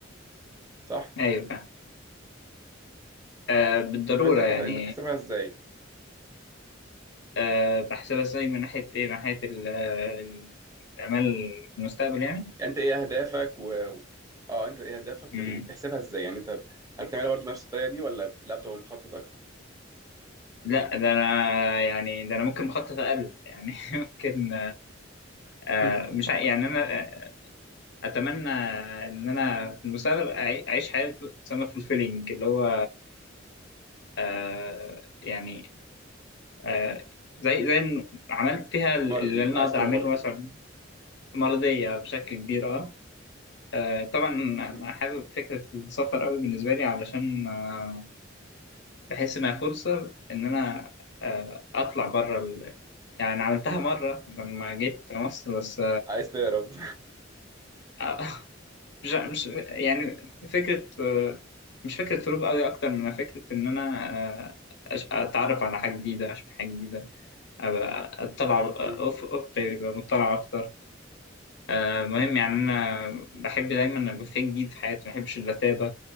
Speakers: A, on the right (about 20°); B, on the left (about 60°).
A: صح
B: أيوة فاهم آه بالضرورة
A: طب انت بتح...
B: يعني
A: انت بتحسبها ازاي
B: آه بحسبها ازاي من ناحية إيه من ناحية ال- ال- الأمال في المستقبل يعني
A: يعني انت ايه اهدافك و... اه انت ايه اهدافك
B: مم.
A: و- وبتحسبها ازاي يعني انت هل بتعملها برضه بنفس الطريقه دي ولا لا بتبقى مخطط اكتر
B: لا ده أنا يعني ده أنا ممكن مخطط أقل يعني <laughs> ممكن
A: <laughs>
B: آه مش ع- يعني أنا اتمنى ان انا في المستقبل أعي- اعيش حياه تسمى فولفيلينج اللي هو آه يعني آه زي زي إن عملت فيها اللي
A: مرضي
B: انا
A: عايز
B: اقدر
A: تبقى
B: اعمله
A: مرضي
B: مثلا مرضيه بشكل كبير اه آه، طبعا انا
A: مم.
B: حابب فكره السفر قوي بالنسبه لي علشان آه، بحس انها فرصه ان انا آه، اطلع بره ال... يعني عملتها مره لما جيت مصر بس
A: عايز تهرب
B: <laughs> مش مش يعني فكرة آه، مش فكرة هروب قوي أكتر من فكرة إن أنا آه، أش- أتعرف على حاجة جديدة أشوف حاجة جديدة أبقى أطلع
A: <laughs>
B: أف-
A: مم.
B: أفقي يبقى مطلع أكتر آه، مهم يعني أنا بحب دايما أبقى في جديد في حياتي ما بحبش الرتابة